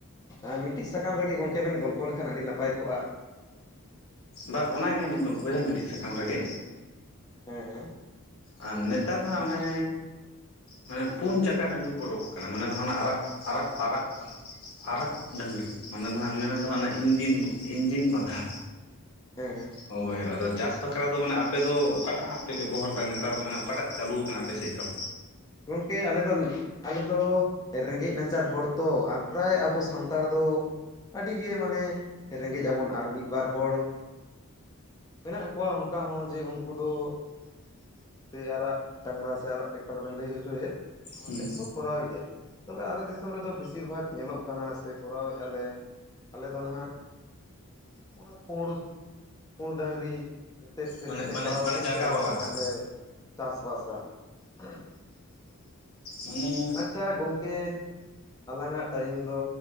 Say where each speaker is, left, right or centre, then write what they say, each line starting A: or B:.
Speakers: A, on the left (about 15°); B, on the left (about 70°).
A: ᱟᱨ ᱢᱤᱫᱴᱤᱡ ᱥᱟᱠᱟᱢ ᱨᱮ-ᱜᱮ ᱜᱚᱝᱠᱮ ᱵᱮᱱ ᱜᱚᱞᱯᱚ ᱞᱮᱠᱷᱟᱱ᱾ ᱟᱹᱰᱤ ᱱᱟᱯᱟᱭ ᱠᱚᱜᱼᱟ᱾
B: ᱵᱟ, ᱚᱱᱟᱜᱮ ᱦᱟᱸᱜ ᱞᱤᱧ ᱜᱚᱞᱯᱚ ᱭᱮᱫᱟ᱾ ᱢᱤᱫᱴᱤᱡ ᱥᱟᱠᱟᱢ ᱨᱮᱜᱮ᱾
A: ᱦᱮᱸ, ᱦᱮᱸ᱾
B: ᱟᱨ ᱱᱮᱛᱟᱨ ᱫᱚ ᱦᱟᱸᱜ ᱚᱱᱮ᱾ ᱢᱟᱱᱮ ᱯᱩᱱ ᱪᱟᱠᱟ ᱰᱟᱹᱜᱽᱨᱤ ᱠᱚ ᱩᱰᱩᱠ ᱠᱟᱱᱟ᱾ ᱢᱟᱱᱮ ᱫᱚ ᱱᱟᱦᱟᱸᱜ ᱟᱨᱟᱜ, ᱟᱨᱟᱜ, ᱯᱟᱨᱟ-ᱜ ᱟᱨᱟᱜ ᱰᱟᱹᱜᱽᱨᱤ ᱢᱟᱱᱮ ᱱᱟᱦᱟᱸᱜ ᱢᱮᱱ ᱫᱚ ᱦᱟᱸᱜ ᱤᱧᱡᱤᱱ, ᱤᱧᱡᱤᱱ, ᱵᱟᱫᱟ᱾
A: ᱦᱮᱸ, ᱦᱮᱸ᱾
B: ᱦᱳᱭ ᱟᱫᱚ ᱪᱟᱥ ᱵᱟᱠᱷᱨᱟ ᱫᱚ᱾ ᱢᱟᱱᱮ ᱟᱯᱮᱫᱚ ᱚᱠᱟᱴᱟ-ᱜ ᱦᱟᱸᱜ ᱯᱮ ᱵᱮᱵᱚᱦᱟᱨᱮ-ᱫᱟ ᱾ ᱱᱤᱛᱚᱼᱜ ᱱᱮᱛᱟᱨ ᱫᱚ ᱢᱟᱱᱮ ᱚᱠᱟᱴᱟ-ᱜ ᱪᱟᱹᱞᱩᱣ ᱟᱠᱟᱱᱟ᱾ ᱟᱯᱮᱥᱮᱫ ᱫᱚ?
A: ᱜᱚᱝᱠᱮ ᱟᱞᱮᱫ ᱫᱚ ᱟᱞᱮ ᱫᱚ ᱨᱮᱸᱜᱮᱡ ᱱᱟᱪᱟᱨ ᱦᱚᱲ ᱛᱚ᱾ ᱟᱨ ᱯᱨᱟᱭ ᱟᱵᱚ ᱥᱟᱱᱛᱟᱲ ᱫᱚ᱾ ᱟᱹᱰᱤ ᱜᱮ ᱢᱟᱱᱮ ᱨᱮᱸᱜᱮᱡ ᱟᱵᱚᱱ᱾ ᱟᱨ ᱢᱤᱫ ᱵᱟᱨ ᱦᱚᱲ᱾ ᱢᱮᱱᱟᱜ ᱠᱚᱣᱟ ᱚᱱᱠᱟ ᱦᱚᱸ ᱾ ᱡᱮ ᱩᱱᱠᱩ ᱫᱚ᱾ ᱥᱮ ᱟᱨᱟᱜ ᱰᱟᱽᱝᱨᱟ ᱥᱮ ᱟᱨᱟᱜ ᱴᱨᱮᱠᱴᱟᱨ ᱵᱮᱱ ᱞᱟᱹᱭ ᱦᱚᱪᱚ ᱭᱮᱫ ᱾ ᱚᱱᱟ
B: ᱦᱩᱸ
A: ᱛᱮᱦᱚᱸ ᱠᱚ ᱠᱚᱨᱟᱣᱮᱫ ᱜᱮᱭᱟ᱾ ᱛᱚᱵᱮ ᱟᱞᱮ ᱫᱤᱥᱚᱢ ᱨᱮᱫᱚ ᱵᱮᱥᱤᱨ ᱵᱷᱟᱜᱽ ᱧᱮᱞᱚᱜ ᱠᱟᱱᱟ᱾ ᱥᱮ ᱠᱚᱨᱟᱣᱮᱫᱼᱟᱞᱮ ᱟᱞᱮ ᱱᱟᱦᱟᱸᱜ ᱚᱱᱟ᱾ ᱯᱩᱬᱸ ᱯᱩᱸᱰ ᱰᱟᱹᱜᱽᱨᱤ ᱛᱮᱫ ᱛᱮ
B: ᱢᱟᱱᱮ
A: ᱦᱮᱸᱫᱮ
B: ᱢᱟᱱᱮ
A: ᱠᱟᱲᱟᱣ
B: ᱢᱟᱱᱮ
A: ᱟᱛᱮᱫ
B: ᱡᱟᱸᱜᱟ
A: ᱜᱮ᱾ ᱟᱞᱮ
B: ᱵᱟᱞᱟ
A: ᱫᱚ ᱱᱟᱦᱟ-ᱜ
B: ᱦᱟᱸᱜ
A: ᱞᱮ ᱪᱟᱥ ᱵᱟᱥᱟ ᱾
B: ᱦᱩᱸᱼ ᱢᱟᱱᱮ
A: ᱪᱟ ᱜᱚᱝᱠᱮ ᱟᱞᱟᱝᱼᱟᱜ, ᱴᱟᱭᱤᱢ ᱫᱚ